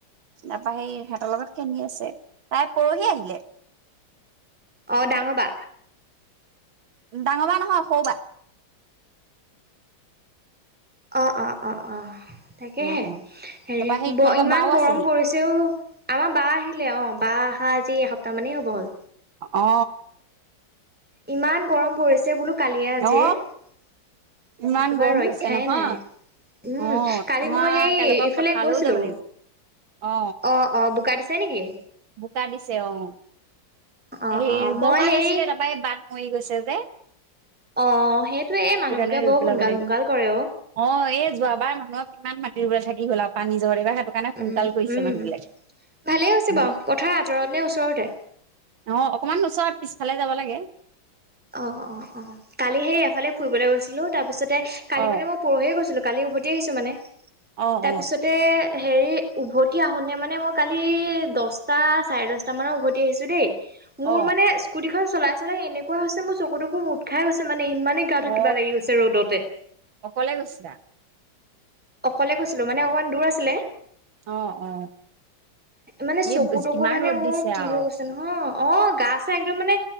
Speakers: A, on the right; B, in the centre.
A: তা পা সেই সেহঁতৰ লগত খেলি আছে তাই পৰহি আহিলে
B: অ ডাঙৰ বা
A: ডাঙৰ বা নহয় সৌবা
B: অ অ অ অ তাকেহে
A: অ অ
B: হেৰি
A: তাৰপৰা সেই তোমালোকৰ
B: ইমান
A: বাও
B: গৰম
A: আছেহি।
B: পৰিছেও আমাৰ বা আহিলে অ বা অহা আজি এসপ্তাহ মানেই হ'ব হ'ল
A: অ অ
B: ইমান গৰম পৰিছে বোলো কালিয়ে আজিয়ে
A: অ
B: একেবাৰে
A: ইমান গৰম
B: ৰক্ষাই
A: হৈছে নহয়
B: নাই উম
A: অ
B: কালি
A: আমাৰ
B: মই সেই
A: কাইলৈৰ পৰা
B: ইফালে
A: পথাৰলৈও
B: গৈছিলো
A: যাব লাগিব অ
B: অ অ বোকা দিছে নেকি
A: বোকা দিছে অ অ
B: অ
A: হেই
B: অ
A: ৰুব
B: মই
A: হোৱা
B: হেৰি
A: নাছিলে তাৰপৰা এ বাট মৰি গৈছে যে
B: অ সেইটোয়ে মানুহবোৰে
A: সেইটো কাৰণে ৰুই
B: বৰ
A: পেলাব
B: সোনকাল
A: লাগিব
B: সোনকাল কৰে অ
A: অ এ যোৱাবাৰ মানুহক কিমান মাটিৰ ৰোব থাকি গ'ল আও পানী যদি বা সেইটো কাৰণে সোনকাল
B: উম
A: কৰিছে
B: উম
A: মানুহ বিলাক
B: ভালেই হৈছে
A: উম।
B: বাৰু পথাৰ আঁতৰত নে ওচৰতে
A: অ অকমান ওচৰত পিছফালে যাব লাগে।
B: অ অ অ কালি সেই এফালে ফুৰিবলে গৈছিলো তাৰ পিছতে কালি
A: অ
B: মানে মই পৰহিয়ে গৈছিলো। কালি উভতি আহিছো মানে,
A: অ
B: তাৰপিছতে
A: অ
B: হেৰি উভতি আহোঁনে মানে মই কালি দহটা চাৰে দহটামানৰ উভতি আহিছোঁ দেই। মোৰ
A: অ
B: মানে স্কুটিখন চলাই চলাই এনেকুৱা হৈছে মোৰ চকুতো মোট খাই গৈছে মানে। ইমানেই গাটো
A: অ
B: কিবা লাগি গৈছে ৰ'দতে।
A: অকলে গৈছিলা
B: অকলে গৈছিলো মানে অকমান দূৰ আছিলে।
A: অ অ
B: মানে
A: এই
B: চকু তকু
A: কিমান
B: মানে
A: ৰ'দ
B: মোৰ
A: দিছে
B: কি
A: আৰু
B: হৈ গৈছে নহ অ গা চা একদম মানে